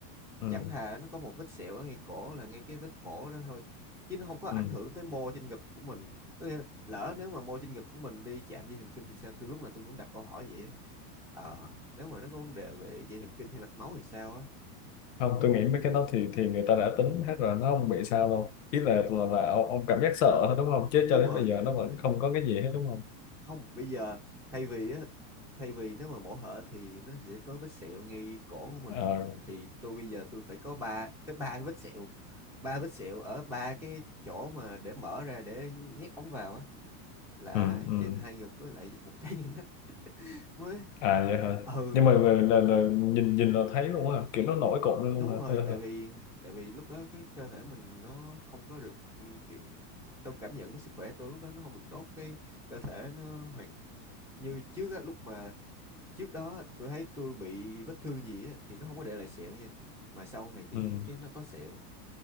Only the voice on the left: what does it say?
ừ
ừ
không tôi
nghĩ mấy cái đó thì thì người ta đã tính hết rồi nó không bị sao đâu ý là là, là ông, ông cảm giác sợ thôi đúng không chứ
cho đến
bây giờ
nó vẫn
không có cái gì hết đúng không
Ờ,
ừ, ừ.
à vậy hả
nhưng mà là, là, là nhìn nhìn là thấy luôn hả kiểu nó nổi cộm lên luôn
hả
Hay là-
ừ.